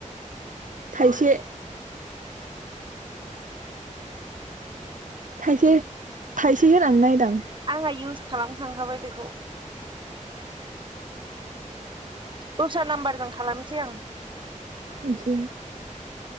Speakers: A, on the right; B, on the right.
A: थाइसे। थाइसे थाइसे होनानै नायदों।
B: आंहा इउस खालामखांखाबाय बेखौ। दस्रा नाम्बारजों खालामनोसै आं।
A: इसो